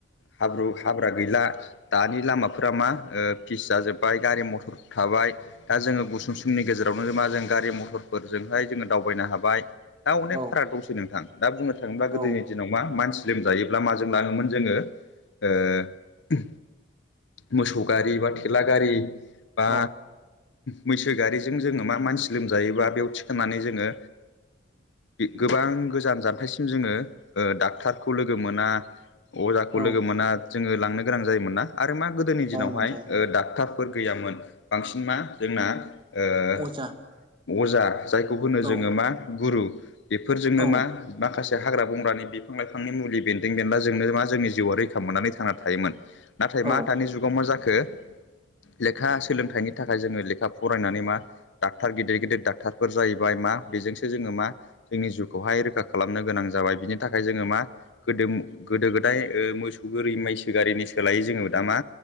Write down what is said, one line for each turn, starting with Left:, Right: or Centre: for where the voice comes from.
Left: हाब्रु हाब्रा गैला। दानि लामाफोरा मा ओ फिस जाजोब्बाय गारि मथर थाबाय। दा जोङो गुसुं सुमनि गेजेरावनो मा जों गारि मथरफोरजोंहाय जोङो दावबायनो हाबाय। दा अनेक
Right: औ
Left: फाराग दंसै नोंथां दा बुंनो थाङोब्ला
Right: औ
Left: गोदोनि दिनाव मा मानसि लोमजायोब्ला माजों लाङोमोन जोङो ओ मोसौ गारि बा थेला गारि बा
Right: औ
Left: मैसो गारिजों जोङो मा मानसि लोमजायोबा बेयाव थिखांनानै जोङो गोबां गोजान जानथायसिम जोङो। ओ डाक्टारखौ लोगो मोना अजाखौ
Right: औ
Left: लोगो मोना जोङो लांनो गोनां जायोमोन ना आरो मा गोदोनि
Right: जायोमोन
Left: दिनावहाय
Right: जायोमोन
Left: ओ डाक्टरफोर गैयामोन बांसिन मा जोंना। ओ
Right: अजा
Left: अजा जायखौ होनो
Right: औ
Left: जोङो मा गुरु। बेफोरजोंनो
Right: औ
Left: मा माखासे हाग्रा बंग्रानि। बिफां लाइफांनि मुलि बेन्दों बेनला जोंनो मा जोंनि जिउआ रैखा मोननानै थांना थायोमोन। नाथाय
Right: औ
Left: मा दानि जुगाव मा जाखो। लेखा सोलोंथाइनि थाखाय जोङो लेखा फरायनानै मा डाक्टर गिदिर गिदिर डाक्टरफोर जाहैबाय मा आ बेजोंसो जोङो मा जोंनि जिउखौहाय रैखा खालामनो गोनां जाबाय बिनि थाखाय जोङो मा गोदोम गोदो गोदाय ओ मोसौ गोरि मैसो गिनि सोलायै जोङो दा मा